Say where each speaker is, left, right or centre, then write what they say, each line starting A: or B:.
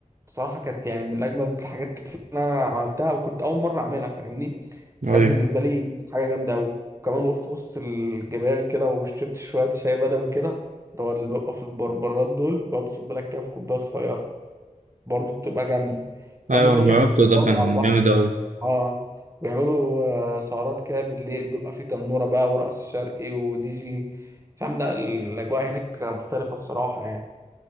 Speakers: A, on the right; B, on the right.
A: بصراحة كانت يعني من أجمد الحاجات اللي أنا عملتها وكنت أول مرة أعملها فاهمني فكانت
B: أيوة
A: بالنسبة لي حاجة جامدة أوي وكمان وقفت وسط الجبال كده وشربت شوية شاي بدوي كده اللي هو اللي بيبقى في البربرات دول بقعد أصب لك كده في كوباية صغيرة برضه بتبقى جامدة
B: أيوة
A: كان بيبقى
B: أنا
A: في
B: جربته
A: حفلات
B: ده
A: برضه
B: كان
A: على البحر
B: جامد أوي
A: أه بيعملوا آه، سهرات كده بالليل بيبقى في تنورة بقى ورقص شرقي ودي جي فاهم لا الأجواء هناك مختلفة بصراحة يعني